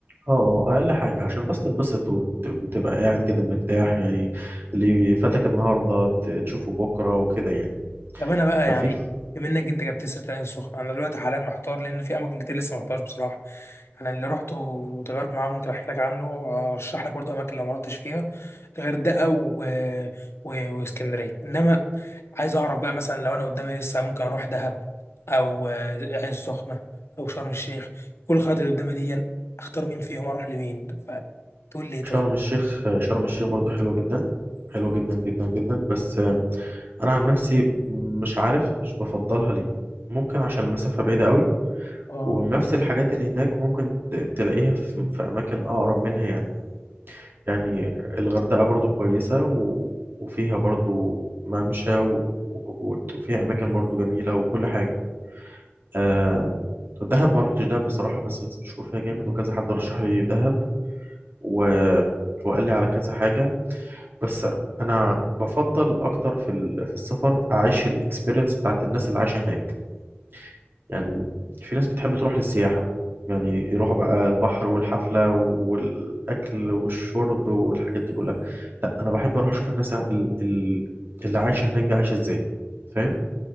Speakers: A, on the right; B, on the left.
A: اه آه، اقل حاجة عشان بس تتبسط وت... وتبقى قاعد كده مرتاح يعني اللي فاتك النهاردة ت- تشوفه بكرة وكده يعني
B: طب انا بقى
A: ففي
B: يعني
A: في
B: بما انك انت جبت سيره العين السخنه انا دلوقتي حاليا محتار لان في اماكن كتير لسه ما رحتهاش بصراحه يعني اللي رحته وتجارب معاه ممكن احكي لك عنه وارشح لك برضه اماكن لو ما رحتش فيها الغردقه و... و... واسكندريه انما عايز اعرف بقى مثلا لو انا قدامي لسه ممكن اروح دهب او آه، العين السخنه او شرم الشيخ كل الخيارات اللي قدامي دي اختار مين فيهم اروح لمين فتقول لي إيه طيب
A: شرم الشيخ شرم الشيخ برضه حلوة جدا حلوة جدا جدا جدا بس انا عن نفسي مش عارف مش بفضلها ليه ممكن عشان المسافة بعيدة قوي
B: اه
A: ونفس الحاجات اللي هناك ممكن ت- تلاقيها في في أماكن أقرب منها يعني يعني الغردقة برضو كويسة و... وفيها برضو ممشى و... و- وفيها أماكن برضو جميلة وكل حاجة آه... دهب ما رحتش دهب بصراحة بس الناس بتشكر فيها جامد وكذا حد رشح لي دهب و... وقال لي على كذا حاجة بس أنا بفضل أكتر في ال... في السفر أعيش الإكسبيرينس بتاعت الناس اللي عايشة هناك يعني في ناس بتحب تروح للسياحة يعني يروحوا بقى البحر والحفلة والأكل والشرب والحاجات دي كلها لا أنا بحب أروح أشوف الناس ال- ال- اللي عايشة هناك دي عايشة إزاي فاهم